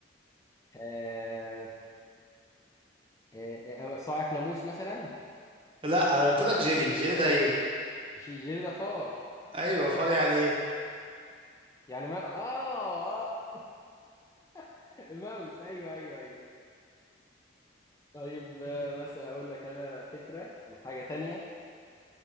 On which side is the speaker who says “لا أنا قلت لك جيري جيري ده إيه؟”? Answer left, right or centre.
Right